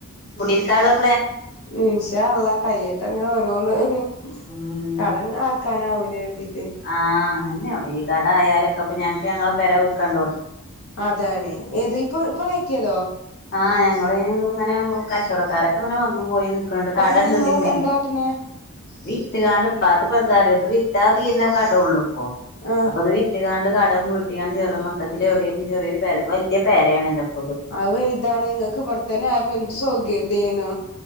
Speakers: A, on the left; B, on the left.
A: കുട്ടിരിക്കാനുള്ള
B: ഇൻഷാഅള്ളാ കൈയ്യട്ടെ അങ്ങനെ ഒരോ രോന്ന്
A: ഉം
B: കടങ്ങ് ആക്കാനാവൂല എരുതിട്ട്.
A: ആ അതന്നെയെടി ഈ കട ആയാലൊക്കെ അപ്പോ ഞങ്ങക്ക് ഞങ്ങെ പെര വിൽക്കാണ്ട
B: അതാണ് ഏത് ഇപ്പൊ ഇപ്പൊ കയറ്റിയതോ?
A: ആഹ് ഞങ്ങള് ഇങ്ങനെ കച്ചവടക്കാരൊക്കെ ഇങ്ങനെ വന്നും പോയി ക്ക്ണ്ട് കടണ്ട്തിമ്മേ
B: അപ്പൊ നിങ്ങള് എന്താട്ടണേ
A: വിട്ട കാണ്ട് ഇപ്പാക്ക് ഇപ്പോ എന്താറ ഇത് വിറ്റാ തീന്നെ കടള്ളൂ ഇപ്പോ
B: ആഹ്
A: അപ്പൊ അത് വിട്ട കാണ്ട് കടം വീട്ടിയാണ് ചെറുമട്ടത്തിൽ എവിടെങ്കിലും ചെറിയരു പര വലിയ പേരയാണല്ലോപ്പൊ
B: അത് വലുതാണ് നിങ്ങക്ക് ഇവിടെത്തന്നെ ആയപ്പോ എന്ത് സൗകരേയ്നു